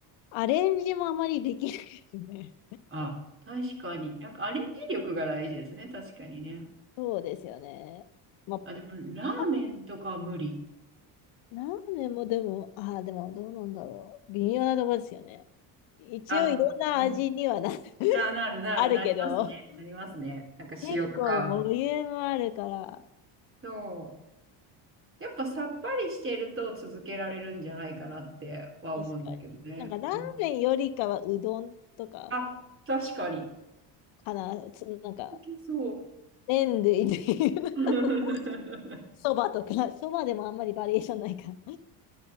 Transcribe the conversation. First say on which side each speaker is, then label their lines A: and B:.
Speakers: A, on the left; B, on the right.
A: アレンジもあまりできないですね。
B: あ、確かに。なんかアレンジ力が大事ですね。確かにね。
A: そうですよね。まあ、
B: あ、でもラーメンとかは無理。
A: パラーメンもでも、ああ、でもどうなんだろう。微妙なとこですよね。一応いろんな味にはな、
B: あ、でも、うん。
A: <laughs>
B: な、なるなる、
A: あるけど、
B: なりますね。なりますね。なんか塩とか。
A: 結構ボリュームあるから、
B: そう。やっぱさっぱりしてると続けられるんじゃないかなっては思うんですけどね。
A: 確かに。なんかラーメンよりかはうどんとか
B: うん、あ、確かに。
A: かな、つなんか
B: いけそ
A: 麺類でいう、
B: う。<laughs>
A: <laughs> そばとか、そばでもあんまりバリエーションないから。